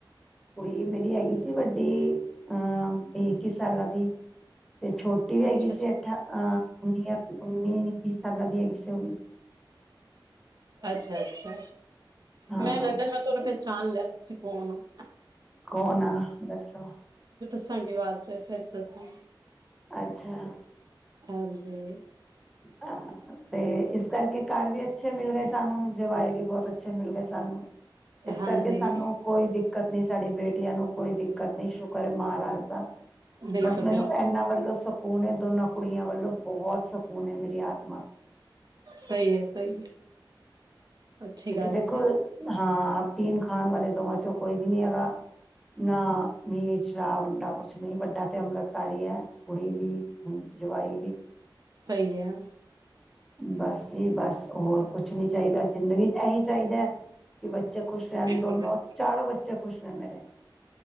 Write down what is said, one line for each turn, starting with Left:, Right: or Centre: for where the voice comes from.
Centre: ਕੁੜੀ ਮੇਰੀ ਹੈਗੀ ਸੀ ਵੱਡੀ ਅਹ ਵੀਹ ਇੱਕੀ। ਸਾਲਾ ਦੀ। ਤੇ ਛੋਟੀ ਵੀ
Right: ਅੱਛਾ
Centre: ਹੈਗੀ
Right: ਅੱਛਾ
Centre: ਸੀ ਅੱਠਾਰਾ ਅਹ। ਉਨੀਆ ਉਨੀ ਵੀਹ ਸਾਲਾ ਦੀ ਹੈਗੀ ਸੀ ਉਹ ਵੀ।
Right: ਅੱਛਾ ਅੱਛਾ।
Centre: ਹਾਂ
Right: ਮੈਂ ਲੱਗਦਾ ਮੈਂ ਤੁਹਾਨੂੰ ਪਹਿਚਾਣ ਲਿਆ? ਸਿਕੋਣੋ।
Centre: ਕੌਣ ਆ ਦੱਸੋ?
Right: ਦੱਸਾਂਗੇ ਬਾਅਦ ਚ ਫੇਰ ਦੱਸਾਂਗੇ?
Centre: ਅੱਛਾ।
Right: ਹਾਂਜੀ।
Centre: ਹਾਂ ਤੇ ਇਸ ਕਰਕੇ ਘਰ ਵੀ ਅੱਛੇ ਮਿਲ ਰਹੇ ਸੀ। ਸਾਨੂੰ ਜਵਾਏ ਵੀ ਬਹੁਤ ਅੱਛੇ ਮਿਲ ਗਏ ਸਾਨੂੰ। ਇਸ
Right: ਹਾਂਜੀ
Centre: ਕਰਕੇ ਸਾਨੂੰ ਕੋਈ ਦਿੱਕਤ ਨੀ ਸਾਡੀ ਬੇਟੀ। ਬੇਟੀਆਂ ਨੂੰ ਕੋਈ ਦਿੱਕਤ? ਨਹੀਂ ਸ਼ੁਕਰ ਏ ਮਹਾਰਾਜ ਦਾ
Right: ਬਿਲਕੁਲ
Centre: ਬਸ ਮੈਨੂੰ
Right: ਬਿਲਕੁਲ
Centre: ਇਹਨਾ ਵੱਲੋਂ ਸਕੂਨ। ਦੋਨਾਂ ਕੁੜੀਆਂ ਵੱਲੋਂ ਬਹੁਤ। ਉਹਨੇ ਮੇਰੀ ਯਾਦ।
Right: ਸਹੀ ਹੈ ਸਹੀ ਹੈ। ਅੱਛੀ
Centre: ਕਿਉਂਕਿ
Right: ਗੱਲ
Centre: ਦੇਖੋ
Right: ਹੈ ਜੀ
Centre: ਹਾਂ ਤੀਨ ਖਾਨ ਵਾਲੇ ਦੋਵਾਂ ਚੌ। ਕੋਈ ਵੀ ਨੀ ਹੈਗਾ। ਹੈਗਾ ਨਾ। ਮੀਟ, ਸ਼ਰਾਬ, ਅੰਡਾ ਕੁਛ ਨਹੀਂ ਵੱਡਾ ਤੇ ਅੰਮ੍ਰਿਤ। ਧਾਰੀ ਹੈ ਕੁੜੀ ਵੀ। ਹੂੰ ਜਵਾਈ ਵੀ।
Right: ਸਹੀ ਹੈ।
Centre: ਬਸ ਜੀ ਬਸ ਹੋਰ ਕੁਛ ਨਹੀਂ ਚਾਹੀਦਾ ਜ਼ਿੰਦਗੀ ਚ ਇਹੀ ਚਾਹੀਦਾ ਹੈ। ਕਿ ਬੱਚੇ ਖੁਸ਼ ਰਹਿਣ
Right: ਬਿਲਕੁਲ
Centre: ਦੋਨੋਂ
Right: ਬਿਲਕੁਲ
Centre: ਚਾਰੋ ਬੱਚੇ ਖੁਸ਼? ਨੇ ਮੇਰੇ।